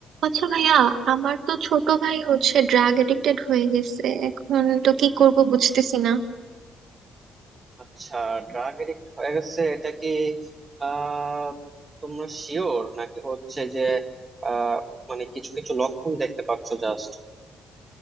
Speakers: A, on the right; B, on the right.
A: আচ্ছা ভাইয়া আমার তো ছোট ভাই হচ্ছে ড্রাগ এডিক্টেড হয়ে গেছে এখন তো কি করব বুঝতেছি না
B: আচ্ছা drug addict হয়ে গেছে এটা কি আহ তোমরা শিওর নাকি হচ্ছে যে আহ মানে কিছু কিছু লক্ষণ দেখতে পাচ্ছ জাস্ট